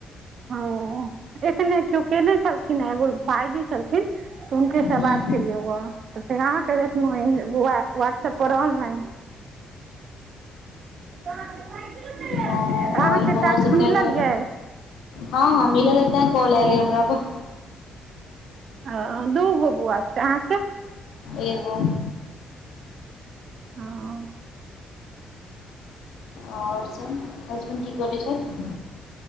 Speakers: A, on the right; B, on the left.
A: ओ एखने केओ कने छलखिन हँ एगो भाइजी छलखिन। तऽ हुन्के सॅं
B: हूं
A: बात के लिओ ये। तऽ फेर अहाँकेँ देखलहुँ व्हाट्सएप्प पर ऑनलाइन। <unintelligible> अहाँके
B: ओ आओर बौआ
A: टास्क
B: सब
A: मिलल
B: कै गो अइ
A: यै
B: हँ हँ मिलल अय तैं कॉल ऐल हमरा पर
A: अय दूगो बौआ छै अहाँके
B: एगो
A: <unintelligible>
B: आओर सभ हसबैंड की करै छथि।